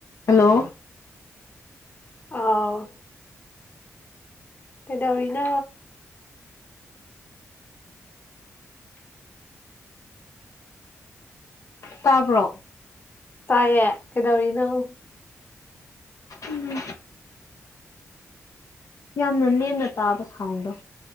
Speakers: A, on the left; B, on the left.
A: hello
B: ꯑꯥꯎ ꯀꯩꯗꯧꯔꯤꯅꯣ
A: ꯇꯥꯕ꯭ꯔꯣ
B: ꯇꯥꯏꯌꯦ ꯀꯩꯗꯧꯔꯤꯅꯣ
A: ꯎꯝ ꯌꯥꯝꯅ ꯅꯦꯝꯅ ꯇꯥꯕ ꯁꯥꯎꯗꯣ